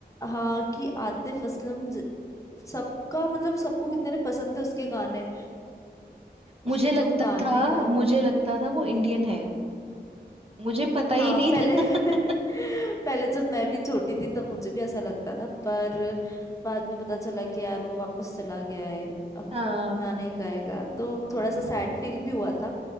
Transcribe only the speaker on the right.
मुझे लगता
था
मुझे
लगता था वो इंडियन है मुझे पता
ही नहीं
था
<laughs>
हाँ